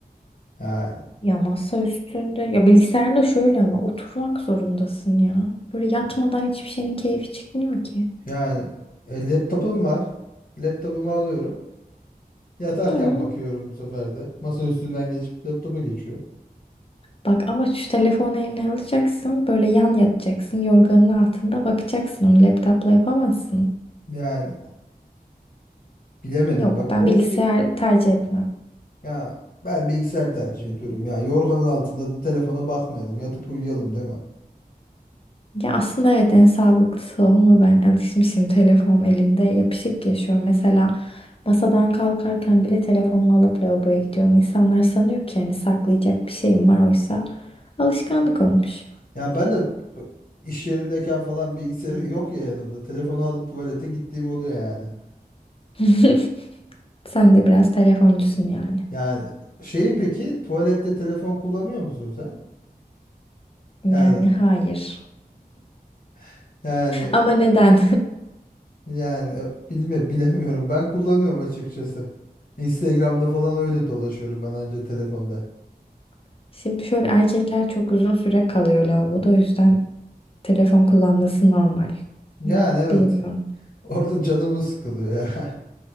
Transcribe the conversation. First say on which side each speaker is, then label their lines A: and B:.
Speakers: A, on the left; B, on the left.
A: Ya
B: Ya masa üstünde, ya bilgisayarda şöyle ama oturmak zorundasın ya. Böyle yatmadan hiçbir şeyin keyfi çıkmıyor ki.
A: Yani e, laptopum var. Laptopumu alıyorum. Yatarken
B: Hı.
A: bakıyorum bu sefer de. Masa üstünden geçip laptopa geçiyorum.
B: Bak ama şu telefonu eline alacaksın, böyle yan yatacaksın, yorganın altında bakacaksın. Onu laptopla yapamazsın.
A: Yani bilemedim
B: Yok
A: bak
B: ben
A: onu
B: bilgisayar
A: y-
B: tercih etmem.
A: ya ben bilgisayar tercih ediyorum. Ya yorganın altında da telefona bakmayalım. Yatıp uyuyalım değil mi?
B: Ya aslında evet en sağlıklısı o ama ben alışmışım telefon elimde yapışık yaşıyorum. Mesela masadan kalkarken bile telefonumu alıp lavaboya gidiyorum. İnsanlar sanıyor ki hani saklayacak bir şeyim var oysa alışkanlık olmuş.
A: Ya ben de p- iş yerindeyken falan bilgisayarı yok ya yanımda. Telefonu alıp tuvalete gittiğim oluyor yani.
B: <laughs> Sen de biraz telefoncusun yani.
A: Yani şeyi peki tuvalette telefon kullanıyor musun sen?
B: Yani
A: Yani
B: hayır.
A: <laughs> yani
B: Ama neden?
A: Yani e, bilme, bilemiyorum. Ben kullanıyorum açıkçası. Instagram'da falan öyle dolaşıyorum ben anca telefonda.
B: <laughs> Şimdi şöyle erkekler çok uzun süre kalıyor lavaboda o yüzden telefon kullanması normal.
A: Yani evet.
B: Bilmiyorum.
A: <laughs> Orada canımı sıkılıyor ya.